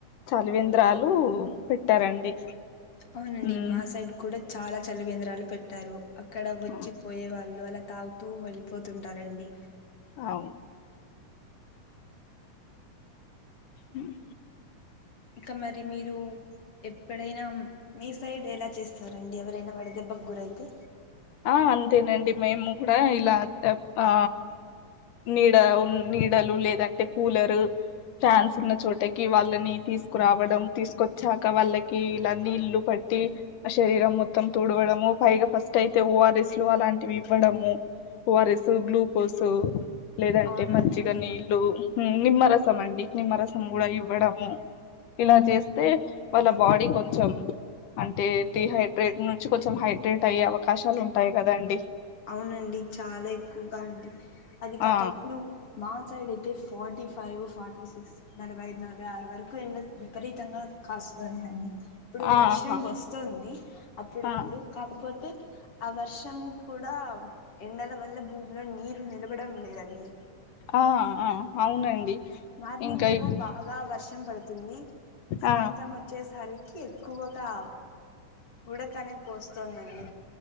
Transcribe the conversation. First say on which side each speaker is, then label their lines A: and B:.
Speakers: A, on the left (about 80°); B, on the left (about 45°).
A: చలివేంద్రాలు పెట్టారండి
B: అవునండి
A: ఉమ్
B: మా సైడ్ కూడా చాలా చలివేంద్రాలు పెట్టారు అక్కడ వచ్చి
A: అవును
B: పోయే వాళ్ళు అలా తాగుతూ వెళ్ళిపోతుంటారండి
A: అవును హ్మ్.
B: ఇక మరి మీరు ఎప్పుడైనా మీ సైడ్ ఎలా చేస్తారండి ఎవరైనా వడిదెబ్బకు గురైతే
A: ఆ అంతేనండి మేము కూడా ఇలా ఆ నీడ నీడలు లేదంటే కూలరు ఫ్యాన్స్ ఉన్న చోటకి వాళ్ళని తీసుకురావడం తీసుకొచ్చాక వాళ్ళకి ఇలా నీళ్లు పట్టి ఆ శరీరం మొత్తం తుడవడము పైగా ఫస్ట్ అయి తే ఓ ఆర్ ఎస్ లు అలాంటివి ఇవ్వడము ఓ ఆర్ ఎస్ గ్లూకోస్ లేదంటే
B: అవునా
A: మజ్జిగా
B: అండి
A: నీళ్లు ఉమ్ నిమ్మరసం అండి నిమ్మరసం గుడా ఇవ ఇవ్వడము ఇలా చేస్తే వాళ్ళ బాడీ కొంచం అంటే డిహైడ్రేట్ నుంచి కొంచం హైడ్రేట్ అయ్య కాశాలు ఉంటై కదాండి
B: అవునండి చాలా ఎక్కుగా అండి అది కాక
A: ఆ
B: ఇప్పుడు మా సైడ్ అయితే ఫోటీ ఫైవ్ ఫాటి సిక్స్ నలభై ఐదు నలభై ఆరు వర్కు ఎండ విపరీతంగా కాస్తుఅన్ అండి ఇప్పుడు
A: ఆహా
B: వర్షం వస్తుంది అప్పుడుప్పుడు
A: ఆ
B: కాకపోతే ఆ వర్షం కూడా ఎండల వల్ల భూమిలో నీరు నిలవడం లేదండి.
A: ఆ ఆ అవునండి.
B: మార్నింగ్
A: ఇంకా
B: ఏమో
A: ఇప్
B: బాగా వర్షం పడుతుంది సాయంత్రం
A: ఆ
B: ఒచ్చేసారి కి ఎక్కువగా ఉడక అనేది పోస్తోదండి.